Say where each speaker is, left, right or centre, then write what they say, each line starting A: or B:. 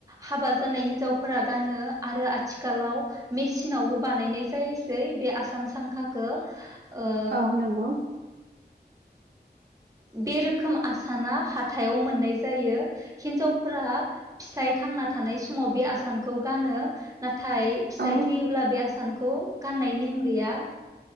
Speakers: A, on the right (about 20°); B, on the right (about 65°).
A: हाबा जानाय हिनजावफोरा गानो आरो आथिखालाव मेसिनावबो बानायनाय जायोसै बे आसान सांखाखौ ओ
B: औ नोंगौ
A: बे रोखोम आसाना हाथायाव मोननाय जायो हिनजावफोरा फिसाय थांना थानाय समाव बे आसानखौ गानो नाथाय नाथाय फिसाइ
B: औ
A: थैयोब्ला बे आसानखौ गाननाय नेम गैया